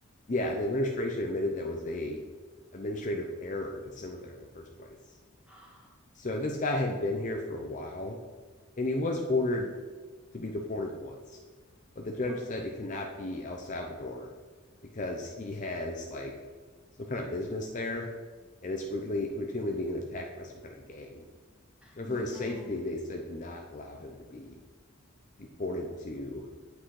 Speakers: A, on the left; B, in the centre.
A: yeah, the administration admitted there was a administrative error to send him there in the first place.
B: <gasps>
A: So this guy had been here for a while, and he was ordered to be deported once, but the judge
B: Okay.
A: said it cannot be El Salvador because he has like some kind of business there, and it's really routinely being attacked by some kind of gang. So
B: Yeah.
A: for his safety, they said do not allow him to be deported to